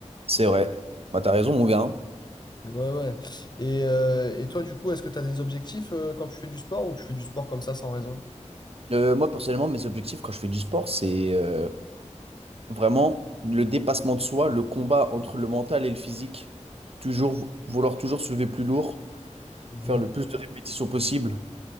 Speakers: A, on the right (about 50°); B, on the left (about 35°).
A: C'est vrai. Bah, t'as raison, mon gars. hein.
B: Ouais, ouais. Et, euh, et toi, du coup, est-ce que tu as des objectifs euh, quand tu fais du sport ou tu fais du sport comme ça sans raison?
A: Euh, moi, personnellement, mes objectifs quand je fais du sport, c'est euh, vraiment le dépassement de soi, le combat entre le mental et le physique. Toujours vou- vouloir toujours soulever plus lourd,
B: Mhm.
A: faire le plus de répétitions possible.